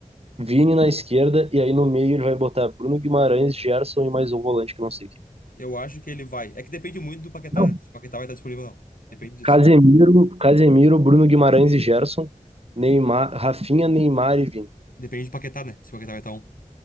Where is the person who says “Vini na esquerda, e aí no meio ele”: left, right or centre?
Right